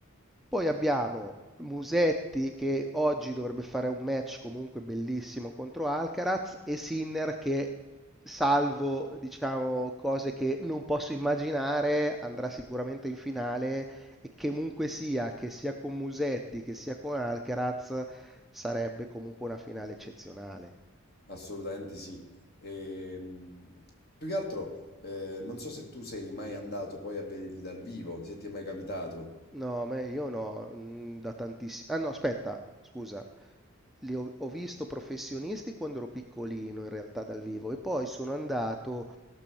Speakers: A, in the centre; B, on the left.
A: poi abbiamo Musetti che oggi dovrebbe fare un match comunque bellissimo contro Alcaraz e Sinner che, salvo diciamo cose che non posso immaginare, andrà sicuramente in finale e che comunque sia, che sia con Musetti che sia con Alcaraz, sarebbe comunque una finale eccezionale.
B: Assolutamente sì. Ehm, più che altro, eh, non so se tu sei mai andato poi a vederli dal vivo, se ti è mai capitato,
A: No, me io no, mm, da tantissimi... Ah no, aspetta, scusa, li ho, ho visto professionisti quando ero piccolino in realtà dal vivo e poi sono andato,